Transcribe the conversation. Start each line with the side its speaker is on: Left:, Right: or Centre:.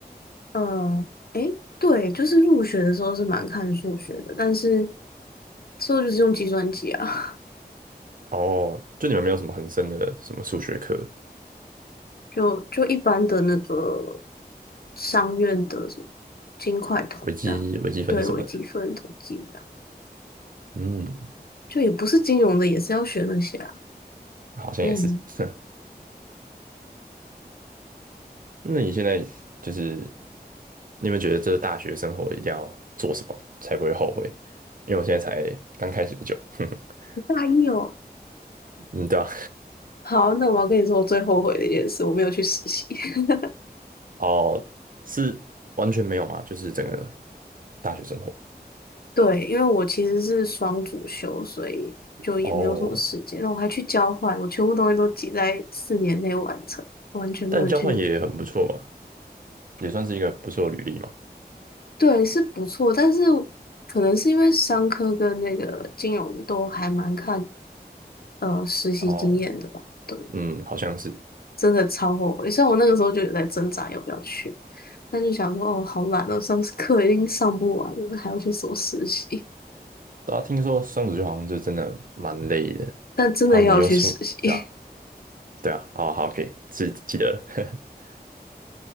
Left: 嗯，诶，对，就是入学的时候是蛮看数学的，但是之后就是用计算机啊，
Right: 哦，就你们没有什么很深的什么数学课，
Left: <laughs> 就就一般的那个商院的什么金块统这样，
Right: 微积微积分什么的，
Left: 对，微积分、统计这样，
Right: 嗯，
Left: 就也不是金融的，也是要学那些啊。
Right: 好像也是。
Left: 嗯，
Right: <laughs> 那你现在就是你有没有觉得这大学生活一定要做什么才不会后悔？因为我现在才刚开始不久，<laughs>
Left: 你大一哦。
Right: 嗯，对吧？
Left: 好，那我要跟你说我最后悔的一件事，我没有去实习。<laughs>
Right: 哦，是完全没有嘛，就是整个大学生活。
Left: 对，因为我其实是双主修，所以就也没有什么时间。
Right: 哦，
Left: 然后我还去交换，我全部东西都挤在四年内完成，完全没有去。
Right: 但交换也很不错嘛，也算是一个不错的履历嘛。
Left: 对，是不错，但是可能是因为商科跟那个金融都还蛮看呃实习经验的吧。
Right: 哦，
Left: 对，
Right: 嗯，好像是。
Left: 真的超后悔。像我那个时候就有在挣扎要不要去，但就想说哦，好懒哦，上课已经上不完了，还要去什么实习？
Right: 大家听说双子座好像就真的蛮累的，
Left: <laughs>
Right: 然
Left: 但真的要去实习。
Right: 后你又出，对啊，对啊，哦，好，可以，记记得了。<laughs>